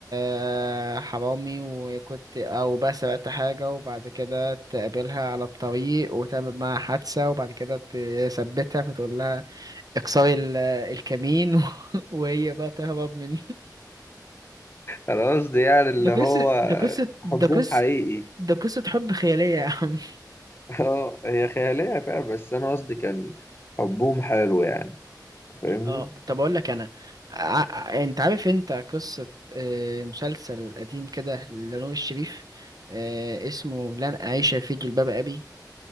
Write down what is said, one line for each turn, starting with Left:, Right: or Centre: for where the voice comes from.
Right: آه، حرامي وكنت او بقى سرقت حاجة وبعد كده تقابلها على الطريق وتعمل معاها حادثة وبعد كده تثبتها فتقول لها اكسري ال- الكمين <laughs> وهي بقى تهرب من
Left: انا قصدي يعني اللي
Right: ده قصة
Left: هو
Right: ده قصة
Left: حبهم
Right: ده قصة
Left: حقيقي
Right: ده قصة حب خيالية يا عم
Left: <laughs> اه هي خيالية فعلا بس أنا قصدي كان حبهم حلو يعني أنت فاهمني
Right: اه طب اقول لك انا ع... ع- انت عارف انت قصة آه، مسلسل قديم كده لنور الشريف آه، اسمه لن أعيش في جلباب أبي